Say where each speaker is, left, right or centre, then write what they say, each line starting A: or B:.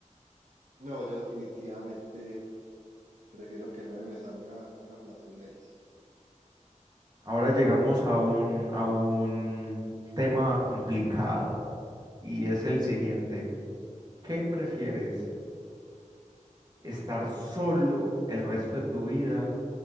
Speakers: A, on the right; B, on the right.
A: No, yo definitivamente prefiero que no me salga una flatulencia.
B: Ahora llegamos a un, a un tema complicado y es el siguiente. ¿Qué prefieres? estar solo el resto de tu vida